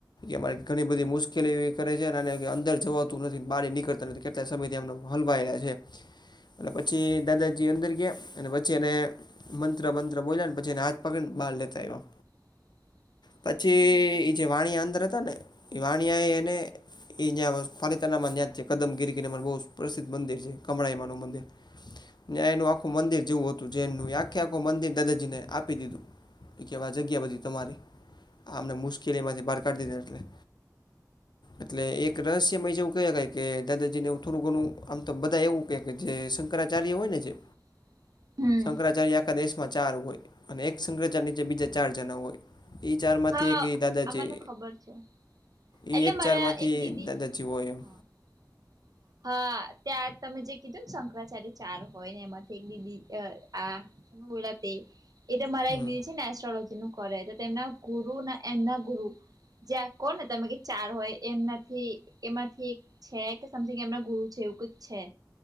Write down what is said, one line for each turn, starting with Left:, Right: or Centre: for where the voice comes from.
Left: એમારે ઘણી બધી
Right: હમ
Left: મુશ્કેલી એવી કરે છે, અને અંદર જવાતું નથી, બાર નીકળતા નથી, કેટલા સમયથી હલવાયેલા છે. એટલે પછી દાદાજી અંદર ગયા, અને પછી એને મંત્ર બંત્ર બોલ્યા ને, પછી એને હાથ પકડીને, બહાર લેતા આઇવા.
Right: <unintelligible>
Left: પછી
Right: હમ
Left: એ જે વાણિયા અંદર હતા, ને એ વાણિયા એ એને એ. પાલીતાનામાં યાજ છે, કદમગીરી ગિરી માં બહુ પ્રસિદ્ધ મંદિર છે, કમળાઈમાં નું મંદિર. ન્યા એનું આખું મંદિર જેવું હતું, જૈન નું આખે આખું મંદિર દાદાજીને આપી દીધું. એ કે હવે આ જગ્યા બધી તમારી આ અમને મુશ્કેલીમાંથી બહાર કાઢી દીધો એટલે. એટલે એક રસ. જેવું ક કે દાદાજી ને થોડુ, આમ તો બધા એવું કે કે જે શંકરાચાર્ય હોય ને જે.
Right: <unintelligible> હમ
Left: શંકરાચાર્ય આખા દેશમાં ચાર હોય, અને એક શંકરાચાર્ય નીચે બીજા ચાર જણા હોય. એ ચારમાંતીએ
Right: હા
Left: કે દાદાજી.
Right: આ મને ખબર છે
Left: ઈ
Right: એટલે
Left: એક
Right: મારા
Left: ચાર માંથી
Right: એક દીદી
Left: દાદાજી હોય. એમ
Right: <unintelligible> હા, ત્યાં તમે જે કીધું ને, શંકરાચાર્ય ચાર હોય ને, એમાંથી એક દી. આ બોલાતી, એ તો મારા એક
Left: હમ
Right: દીદી છે ને, એસ્ટ્રોલોજી નું કરે તો તેમના. ગુરુ ના, એના ગુરુ. જ્યાં કોહો ને, તમે કે ચાર હોય, એમનાથી એમાંથી. છે કે, સમથિંગ એમના ગુરુ છે, એવું કે જ છે.